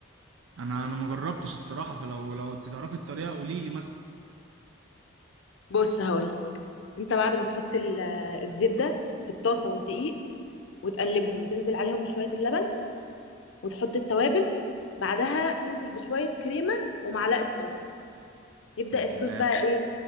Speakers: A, on the right; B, on the left.
A: انا انا ما جربتش الصراحه فلو لو انت تعرفي الطريقه قولي لي مثلا
B: بص هقولك انت بعد ما تحط ال- الزبدة في الطاسة والدقيق وتقلبهم وتنزل عليهم بشوية اللبن وتحط التوابل بعدها تنزل بشوية كريمة ومعلقة صلصة يبدأ
A: يا
B: الصوص
A: سلام
B: بقى ايه